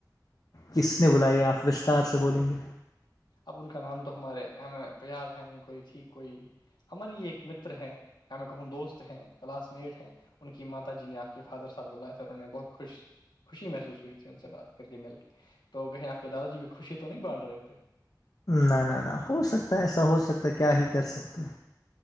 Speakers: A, on the left; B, on the left.
A: کس نے بلائی آپ وستار سے بولیں گے
B: اب ان کا نام تو ہمارے ہمیں یاد ہے نہیں کوئی تھی کوئی ہماری یہ ایک مر ہے میں کہوں دوست ہیں کلاس میٹ ہیں ان کی ماتا جی نے آپ کے فادر صحب بلایا تھا اور انہ نے بہت خوش خوشی محسوس ہوئی تھی ان سے بات کر کے مل کے تو کہیں آپ کے دادا جی بھی خوشی تو نہیں بانھ رہے <unintelligible>
A: نہ نہ نہ ہو سکتا ہے ایسا ہو سکتا ہے کیا ہی کر سکتے